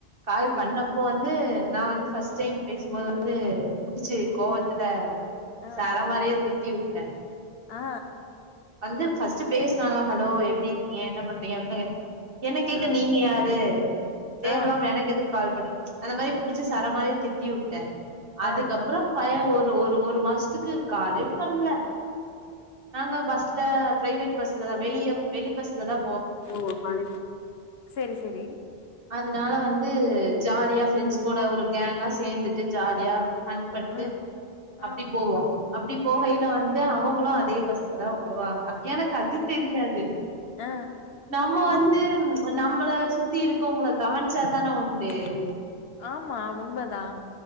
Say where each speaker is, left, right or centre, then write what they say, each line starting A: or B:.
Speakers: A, on the right; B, on the left.
A: கால்
B: சரி
A: பண்ணப்போ வந்து நா வந்து ஃபஸ்ட்
B: அ,
A: டைம் பேசும்போது வந் அது குடிச்சு கோவத்துல
B: ஆ
A: சரா மாறியா திட்டி வு ட
B: ஆ
A: வந்து ஃபஸ்ட்டு பேசுனாங்கனா ஹலோ எப்டி இருக்கீங்க என்ன பண்றீங்க அப்டிதா கேக்கணு என்ன கேக்க
B: ஆ
A: நீங்க யாரு தேவல்லமா
B: ஆ
A: எனக்கு எதுக்கு கால் பண்ணி அந்த மாரி புடிச்சு சர மாரிய திட்டிவுட்டே அதுக்கப்புறோ
B: ஆ ஆ
A: பைய்ய ஒரு ஒரு ஒரு மாசத்துக்கு காலே பண்ல நாங்க பஸ்ல பிரைவேட் பஸ்லதா வெளிய வெளி பஸ்லதா
B: ஓ காலேஜ் செரி செரி
A: அதனால வந்து ஜாலியா ஃப்ரெண்ட்ஸ் கூட ஒரு கேங்கா சேந்துட்டு ஜாலியா ஆண்பட்டு
B: ம்
A: அப்படி
B: ஆ
A: போவோ அப்படி போகையில
B: ஆ
A: வந்து அவ ங்களு அதே பஸ்ல தா வருவாங்க எனக்கு அது தெரியாது
B: ஆ
A: நாம்ம
B: நம்மளுக்கு
A: வந்து நம்மள சுத்தி இருக்கவங்கள கவன்ச்சாதான உண்டு
B: வந்து ஆமா உண்மதா